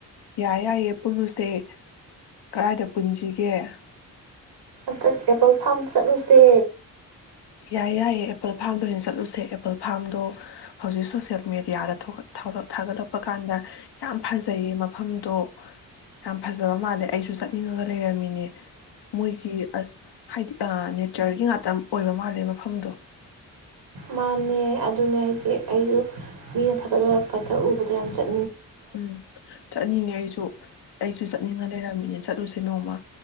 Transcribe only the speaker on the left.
ꯌꯥꯏ ꯌꯥꯏꯌꯦ <unintelligible> ꯀꯗꯥꯏꯗ ꯄꯨꯟꯁꯤꯒꯦ
ꯌꯥꯏ ꯌꯥꯏꯌꯦ ꯑꯦꯄꯜ ꯐꯥꯔꯝꯗ ꯑꯣꯏꯅ ꯆꯠꯂꯨꯁꯦ ꯑꯦꯄꯜ ꯐꯥꯝꯗꯣ ꯍꯧꯖꯤꯛ ꯁꯣꯁꯦꯜ ꯃꯦꯗꯤꯌꯥꯗ ꯊꯥꯒꯠꯂꯛꯄ ꯀꯥꯟꯗ ꯌꯥꯝ ꯐꯖꯩꯌꯦ ꯃꯐꯝꯗꯣ ꯌꯥꯝ ꯐꯖꯕ ꯃꯥꯜꯂꯦ ꯑꯩꯁꯨ ꯆꯠꯅꯤꯡꯉꯒ ꯂꯩꯔꯝꯃꯤꯅꯦ ꯃꯣꯏꯒꯤ ꯑꯁ ꯍꯥꯏꯗꯤ ꯅꯦꯆꯔꯒꯤ ꯉꯥꯛꯇ ꯑꯣꯏꯕ ꯃꯥꯜꯂꯦ ꯃꯐꯝꯗꯣ
ꯎꯝ ꯆꯠꯅꯤꯡꯉꯦ ꯑꯩꯁꯨ ꯑꯩꯁꯨ ꯆꯠꯅꯤꯡꯉ ꯂꯩꯔꯝꯃꯤꯅꯦ ꯆꯠꯂꯨꯁꯦ ꯅꯣꯡꯃ